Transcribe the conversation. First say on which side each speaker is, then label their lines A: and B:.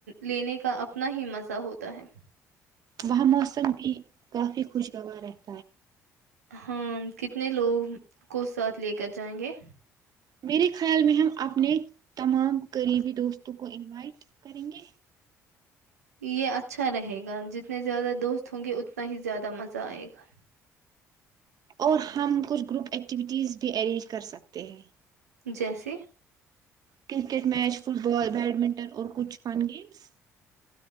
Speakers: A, on the right; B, on the right.
A: لینے کا اپنا ہی مزہ ہوتا ہے
B: وہاں موسم بھی کافی خوشگوارا ہے
A: ہاں کتنے لوگ کو ساتھ لے کر جائیں گے
B: میرے خیال میں ہم اپنے تمام قریبی دوستوں کو انوائٹ کریں گے
A: یہ اچھا رہے گا جتنے زیادہ دوست ہوں گے اتنا ہی زیادہ مزہ آئے گا
B: اور ہم کچھ گروپ ایکٹیوٹیز بھی ارینج کر سکتے ہیں
A: جیسے
B: cricket match football badminton اور کچھ فن گیمز